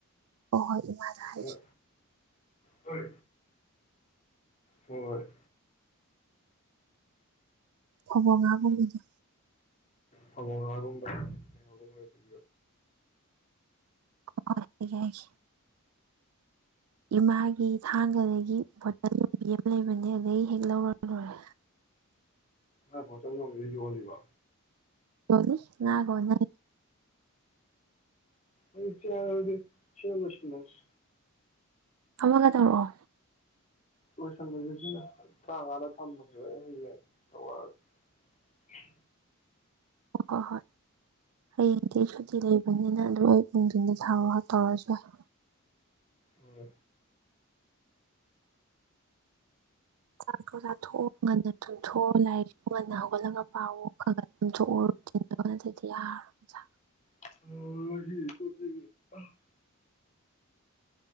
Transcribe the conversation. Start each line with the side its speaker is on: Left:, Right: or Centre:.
Right: ꯍꯣꯏ ꯍꯣꯏ ꯏꯃꯥꯗ ꯍꯥꯏꯒꯦ
Left: ꯑ ꯍꯣꯏ ꯍꯣꯏ
Right: ꯍꯕꯒ ꯀꯗ
Left: ꯍ ꯉꯒꯨꯝꯕꯉꯒꯨꯝ ꯑꯣꯏꯣ
Right: ꯑꯣ ꯏꯃꯥꯒꯤ ꯊꯥꯡꯒꯗꯒꯤ ꯕꯣꯇꯜ ꯌꯣꯟꯕꯤ ꯑꯃ ꯂꯩꯕꯅꯦ ꯑꯗꯨꯗꯒꯤ ꯍꯦꯛ ꯂꯧꯔꯔꯦ
Left: ꯅꯪ ꯕꯣꯇꯟ ꯌꯣꯟꯕꯤꯗꯣ ꯌꯣꯜꯂꯤꯕꯣ
Right: ꯅꯤ ꯉꯒꯣꯅꯦ
Left: ꯑꯩ ꯁꯤ ꯂꯣꯏꯁꯤꯟꯂꯁꯤ
Right: ꯑꯃꯒ ꯇꯧꯔꯛꯑꯣ
Left: ꯂꯣꯏꯁꯟꯂꯁꯤ ꯁꯤꯅ ꯇꯔꯥꯉꯥꯗ ꯊꯝꯃꯒꯦ ꯍ ꯍꯌꯦꯡ ꯇꯧꯔꯛꯑꯒꯦ
Right: ꯍ ꯍꯣꯏ ꯍꯌꯦꯗꯤ ꯁꯨꯇꯤ ꯂꯩꯕꯅꯤ ꯅ ꯂꯣꯏ ꯅꯨꯡꯊꯤꯟꯗ ꯊꯥꯎꯔꯒ ꯇꯧꯔꯁꯨ ꯌꯥꯏ
Left: ꯍꯣꯏ
Right: ꯆꯥꯛꯇꯣ ꯆꯥꯊꯣꯛꯑꯣ ꯉꯟꯅ ꯇꯨꯝꯝꯊꯣꯛꯑꯣ ꯂꯥꯏꯔꯤꯛꯁꯨ ꯉꯟꯅ ꯍꯧꯒꯠꯂꯒ ꯄꯥꯎꯑꯣ ꯈ ꯈ ꯇꯨꯝꯝꯊꯣꯛꯎ ꯅꯨꯡꯊꯤꯟꯗꯣꯅ ꯑꯗꯨꯗꯤ ꯌꯥꯔꯔꯣꯏꯥ
Left: ꯑ ꯇ